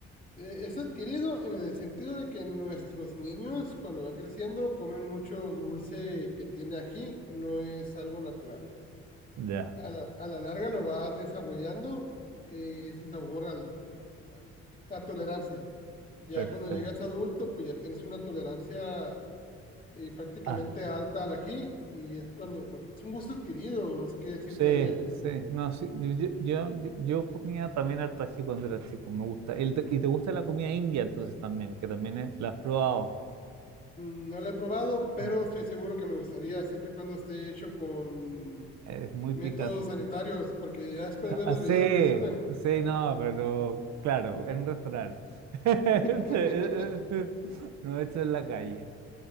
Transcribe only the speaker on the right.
Ya.
Perfecto.
Ah,
sí,
sí. No, sí. Yo, yo, yo- yo comía también harto ají cuando era chico, me gusta. El te- y te gusta la comida india entonces también, que también es- la has probado.
No,
es muy
picante.
Ah,
sí,
sí, no, pero claro, en un restaurante. <laughs>
No hecho en la calle.